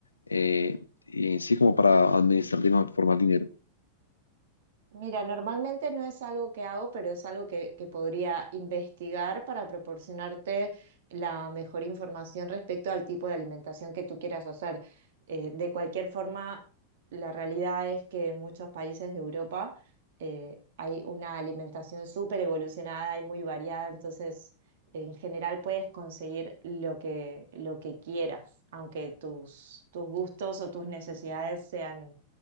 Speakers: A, on the left; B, on the right.
A: eh, y sí, como para administrar de mejor forma el dinero.
B: Mira, normalmente no es algo que hago, pero es algo que, que podría investigar para proporcionarte la mejor información respecto al tipo de alimentación que tú quieras hacer. Eh, de cualquier forma, la realidad es que en muchos países de Europa eh, hay una alimentación súper evolucionada y muy variada, entonces en general puedes conseguir lo que, lo que quieras, aunque tus, tus gustos o tus necesidades sean...